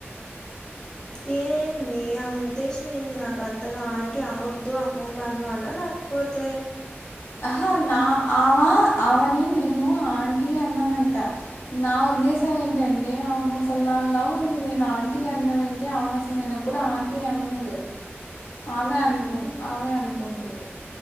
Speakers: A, on the left (about 20°); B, on the left (about 85°).
A: ఎండీ ఆమె ఉద్దేశం ఏంది నాక్ అర్ధం ఆంటీ అనొద్దు అమ్మమ్మ అను అనా లే పోతే
B: అహ నా ఆమా ఆమనీ నేను
A: ఉమ్,
B: ఆన్ టీ అన్నానంట. నా ఉద్దేశం ఏంటంటే ఆమె ముసల్ దాన్ లాగుంది నేన్ ఆంటీ అన్ న్నవేంటి ఆమెన్ అసల్ నేనెప్పుడు ఆంటీ అన్లేదు. ఆమె అంటుకున్
A: ఉమ్,
B: ఆమె అనుకుంటుంది.